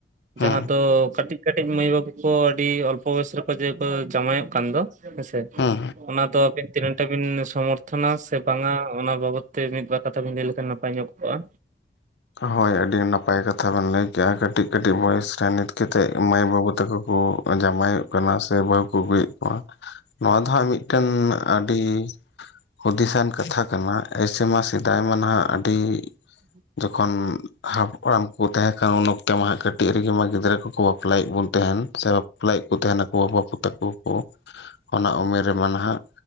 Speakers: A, on the left; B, on the right.
A: ᱦᱩᱸ
B: ᱡᱟᱦᱟᱸ ᱫᱚ ᱠᱟᱹᱴᱤᱡ ᱠᱟᱹᱴᱤᱡ ᱢᱟᱹᱭ ᱵᱟᱹᱵᱩ ᱠᱚ ᱟᱹᱰᱤ ᱚᱞᱯᱚ ᱵᱚᱭᱚᱥ ᱨᱮᱠᱚ ᱡᱮᱠᱚ ᱡᱟᱶᱟᱭᱚᱜ ᱠᱟᱱ ᱫᱚ᱾ ᱦᱮᱸ ᱥᱮ,
A: ᱦᱩᱸ
B: ᱚᱱᱟ ᱫᱚ ᱟᱹᱵᱤᱱ ᱛᱤᱱᱟᱹᱜ ᱴᱟ ᱵᱤᱱ ᱥᱚᱢᱚᱨᱛᱷᱚᱱᱟ ᱥᱮ ᱵᱟᱝᱟ? ᱚᱱᱟ ᱵᱟᱵᱚᱛ ᱛᱮ ᱢᱤᱫᱵᱟᱨ ᱠᱟᱛᱷᱟ ᱵᱤᱱ ᱞᱟᱹᱭ ᱞᱮᱠᱷᱟᱱ ᱱᱟᱯᱟᱭ ᱧᱚᱜ ᱠᱚᱜ-ᱟ᱾
A: ᱦᱳᱭ, ᱟᱹᱰᱤ ᱱᱟᱯᱟᱭ ᱠᱟᱛᱷᱟ ᱵᱮᱱ ᱞᱟᱹᱭ ᱠᱮᱜ-ᱟ, ᱠᱟᱹᱴᱤᱡ ᱠᱟᱹᱴᱤᱡ ᱵᱚᱭᱮᱥ ᱱᱤᱛ ᱠᱮᱴᱮᱜ ᱢᱟᱹᱭ ᱵᱟᱹᱵᱩ ᱛᱟᱠᱚ ᱠᱚ ᱡᱟᱢᱟᱭᱚᱜ ᱠᱟᱱᱟ ᱥᱮ ᱵᱟᱹᱦᱩ ᱠᱚ ᱟᱹᱜᱩᱭᱮᱫ ᱠᱚᱣᱟ᱾ ᱱᱚᱣᱟ ᱫᱚ ᱦᱟᱸᱜ ᱢᱤᱫᱴᱮᱱ ᱟᱹᱰᱤ ᱦᱩᱫᱤᱥᱟᱱ ᱠᱟᱛᱷᱟ ᱠᱟᱱᱟ, ᱮᱥ ᱥᱮᱢᱟ ᱥᱮᱫᱟᱭ ᱢᱟ ᱱᱟᱦᱟᱜ ᱟᱹᱰᱤ
B: <inaudible>
A: ᱡᱚᱠᱷᱚᱱ ᱦᱟᱯᱲᱟᱢ ᱠᱚ ᱛᱟᱦᱮᱸ ᱠᱟᱱᱟ, ᱩᱱ ᱚᱠᱛᱮ ᱢᱟ ᱦᱟᱸᱜ ᱠᱟᱹᱴᱤᱡ ᱨᱮᱜᱮ ᱢᱟ ᱜᱤᱫᱽᱨᱟᱹ ᱠᱚ ᱠᱚ ᱵᱟᱯᱞᱟᱭᱮᱫ ᱵᱚᱱ ᱛᱟᱦᱮᱱ ᱥᱮ ᱵᱟᱯᱞᱟᱭᱮᱫ ᱠᱚ ᱛᱟᱦᱮ ᱱᱟᱠᱚ ᱵᱟᱯᱩ ᱛᱮᱠᱚ ᱠᱚ᱾ ᱚᱱᱟ ᱩᱢᱮᱨ ᱨᱮᱢᱟ ᱱᱟᱦᱟᱜ